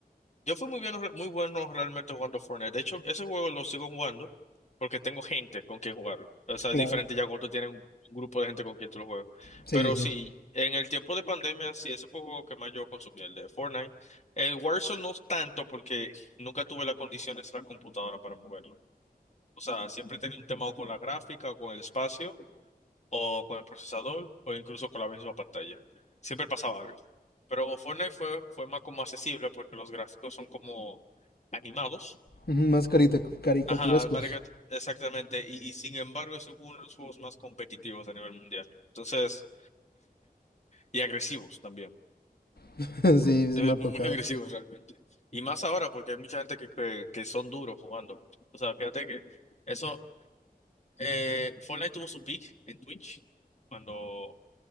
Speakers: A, on the left; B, on the left.
A: Yo fui muy bien, muy bueno realmente jugando Fortnite. De hecho, ese juego lo sigo jugando porque tengo gente con quien jugarlo. O sea,
B: Claro.
A: es diferente ya cuando tú tienes un grupo de gente con quien tú lo juegas.
B: Sí,
A: Pero
B: sí.
A: sí, en el tiempo de pandemia, sí, ese fue el juego que más yo consumí, el de Fortnite. El Warzone no tanto porque nunca tuve las condiciones de la computadora para moverlo. O sea, siempre tenía un tema o con la gráfica o con el espacio o con el procesador o incluso con la misma pantalla. Siempre pasaba algo. Pero Fortnite fue, fue más como accesible porque los gráficos son como animados.
B: Ujú, Más carita- caricaturescos.
A: Ajá, marica, exactamente. Y, y sin embargo es uno de los juegos más competitivos a nivel mundial. Entonces, y agresivos también.
B: <laughs> Sí, sí
A: Es
B: me ha tocado.
A: muy muy agresivo realmente. Y más ahora porque hay mucha gente que, que, que son duros jugando. O sea, fíjate que eso, eh, Fortnite tuvo su peak en Twitch cuando